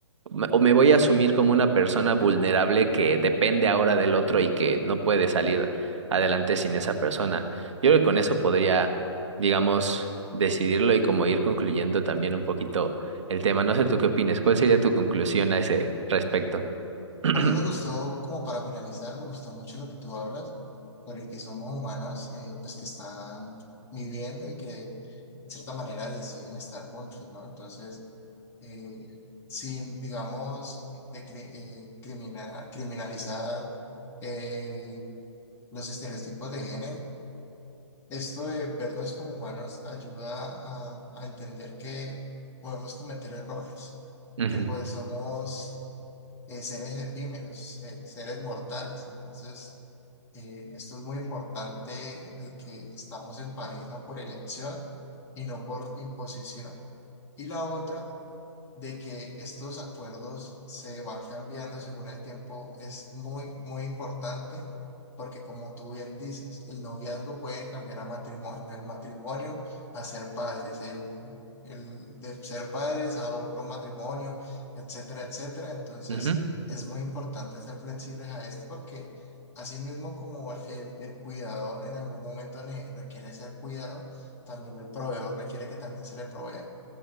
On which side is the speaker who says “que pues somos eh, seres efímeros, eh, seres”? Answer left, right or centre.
Left